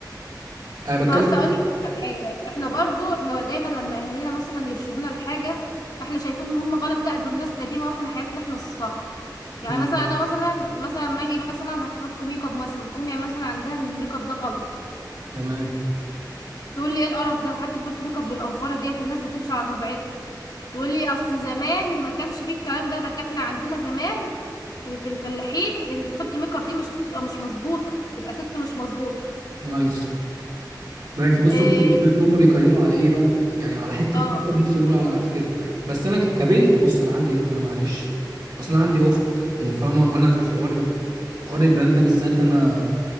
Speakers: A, on the right; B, on the left.
A: انا
B: بص
A: بتكلم
B: اقول لك على حاجه احنا برضو احنا دايما لما اهالينا مثلا يرشدونا لحاجه احنا شايفين ان هم غلط لا دول ناس قديمه واحنا حياتنا احنا الصح
A: مم،
B: يعني مثلا انا مثلا مثلا ما اجي مثلا احط ميك اب مثلا امي مثلا عندها ان الميك اب ده غلط
A: تمام
B: تقول لي ايه القرف ده حد بيحط ميك اب بالافوره ديت الناس بتمشي على طبيعتها تقول لي اصل زمان ما كانش فيه الكلام ده ده كان احنا عندنا زمان في الفلاحين اللي تحط ميك اب دي مش تبقى مش مظبوطه تبقى ست مش مظبوطه
A: نايس ماشي بص
B: إيه،
A: هم بص هم بيقيموا على ايه بقى يعني على حته
B: اه
A: مكتب ممكن يقول على كده بس انا ك- كبنت بص انا عندي انا معلش اصلا عندي اخت وفاهمه وانا حوار حوار البنات ده بالذات انا